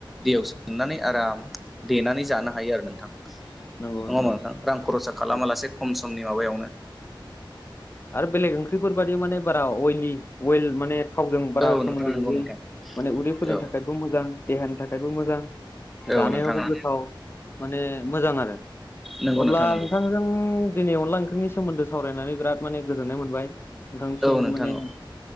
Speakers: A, in the centre; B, on the left.
A: दैयाव सोमनानै आराम देनानै जानो हायो आरो नोंथां नङा
B: नंगौ
A: होमबा
B: नंगौ
A: नोंथां रां खरसा खालामा
B: औ
A: लासे खम समनि माबायावनो
B: आरो बेलेग ओंख्रिफोर बायदि माने बारा अइलि अइेल माने थावजों बारा
A: औ
B: सोमोन्दो
A: नोंथां नंगौ
B: गैयै
A: नोंथां
B: माने उदैफोरनि
A: औ
B: थाखायबो मोजां देहानि थाखायबो मोजां
A: औ
B: जानायावबो
A: नोंथां औ
B: गोथाव माने मोजां आरो
A: नंगौ
B: अब्ला
A: नोंथां नंगौ
B: नोंथांजों दिनै अनला ओंख्रिनि सोमोन्दै सावरायनानै बिराद माने गोजोननाय मोनबाय नोंथांनिसिम
A: औ नोंथां
B: मानि
A: औ